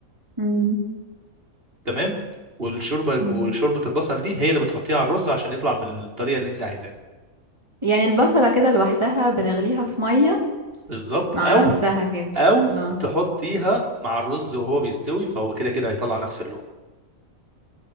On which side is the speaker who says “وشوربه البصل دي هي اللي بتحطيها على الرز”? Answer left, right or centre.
Right